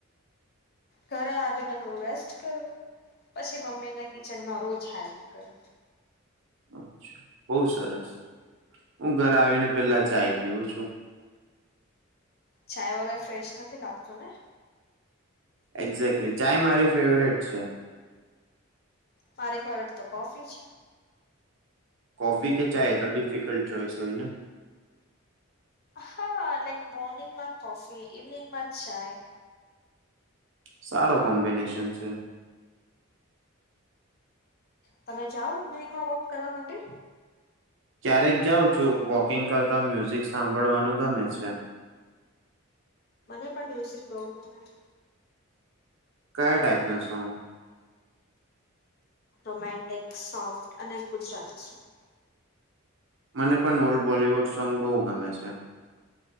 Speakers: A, on the left; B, on the right.
A: ઘરે આવીને થોડું રેસ્ટ કરું. પછી મમ્મીને કિચનમાં રોજ હેલ્પ કરું.
B: અચ્છા બહુ સરસ. હું ઘર આવીને પેલા ચાય પીવું છું.
A: ચાય વગર ફ્રેશ નથી લાગતું ને
B: એક્ઝેકલી ચાય મારી ફેવરેટ છે.
A: મારી ફેવરેટ તો કોફી છે.
B: કોફી કે ચાય તો ડિફિકલ્ટ ચોઈસ હોય ને?
A: હા લાઈક મોર્નિંગમાં કોફી, ઇવનિંગ માં ચાય.
B: સારો કોમ્બિનેશન છે.
A: તમે જાઓ ઇવનિંગમાં વોક કરવા માટે?
B: ક્યારેક જાઉ છું. વોકિંગ કરતા મ્યુઝિક સાંભળવાનું ગમે છે.
A: મને પણ મ્યુઝિક બહુ ગમે.
B: કયા ટાઈપના સોંગ?
A: રોમેન્ટિક સોફ્ટ, અને ગુજરાતી સોંગ.
B: મને પણ ઓલ્ડ બોલવુડ સોંગ બહુ ગમે છે.